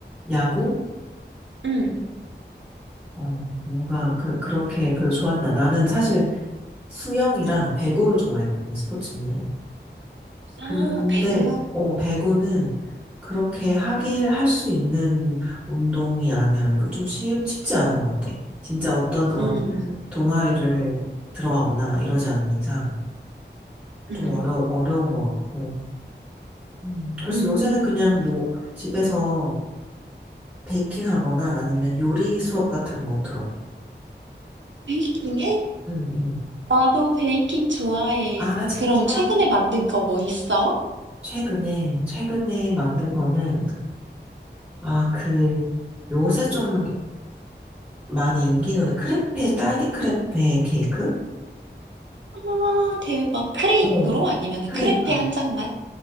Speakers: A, in the centre; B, on the right.
A: 야구?
B: 음.
A: 어, 뭔가 그, 그렇게 별로 좋아하진 않아. 나는 사실 수영이랑 배구를 좋아했거든, 스포츠는.
B: 아
A: 근데,
B: 배구.
A: 어, 배구는 그렇게 하길 할 수 있는 운동이 아니야. 이거 좀 쉽, 쉽지 않은 것 같아. 진짜 어떤 그런
B: 음.
A: 동아리를 들어가거나 이러지 않는 이상. 좀
B: 음.
A: 어려, 어려운 것 같고. 음, 그래서
B: 음.
A: 요새는 그냥 뭐 집에서 베이킹 하거나 아니면 요리 수업 같은 거 들어.
B: 베이킹해?
A: 응응.
B: 나도 베이킹 좋아해.
A: 아, 진짜.
B: 그럼 최근에 만든 거 뭐 있어?
A: 최근에, 최근에 만든 거는, 아, 그, 요새 좀 많이 인기 있는 크레페, 딸기 크레페 케이크?
B: 아, 대박. 크레이프로?
A: 어,
B: 아니면
A: 크레이크.
B: 크레페 한 장만?